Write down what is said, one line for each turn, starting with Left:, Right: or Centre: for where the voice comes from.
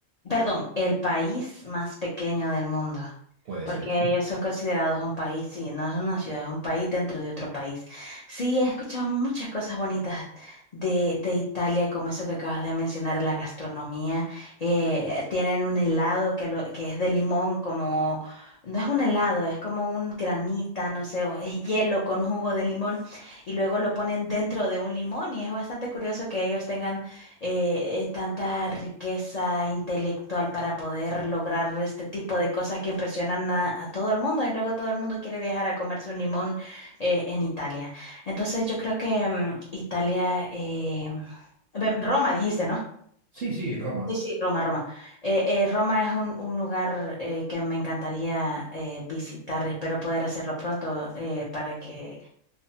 Left: Perdón, el país más pequeño del mundo,
Right: Puede
Left: porque
Right: ser, sí.
Left: ellos son considerados un país, sí, no es una ciudad, es un país dentro de otro país. Sí, he escuchado muchas cosas bonitas de, de Italia, como eso que acabas de mencionar, la gastronomía. Eh, tienen un helado que, lo, que es de limón, como, no es un helado, es como un granita, no sé, o es hielo con jugo de limón y luego lo ponen dentro de un limón y es bastante curioso que ellos tengan eh, eh, tanta riqueza intelectual para poder lograr este tipo de cosas que impresionan a, a todo el mundo y luego todo el mundo quiere viajar a comerse un limón eh, en Italia. Entonces yo creo que mm, Italia, eh, ve- Roma dijiste, ¿no?
Right: Sí, sí, Roma.
Left: Sí, sí, Roma, Roma. Eh, eh, Roma es un, un lugar eh, que me encantaría eh, visitar. Espero poder hacerlo pronto eh, para que